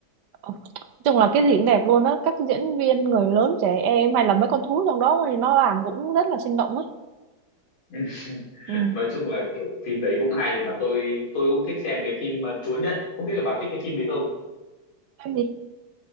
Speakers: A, on the right (about 65°); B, on the left (about 85°).
A: Ờ, Nói chung là cái gì cũng đẹp luôn á các diễn viên người lớn trẻ em hay là mấy con thú trong đó thì nó làm cũng rất là sinh động á
B: Ừ.
A: ừ.
B: nói chung là kiểu phim đấy cũng hay mà tôi tôi cũng thích xem cái phim ờ, Chúa Nhẫn không biết là bà thích cái phim đấy không
A: Em gì?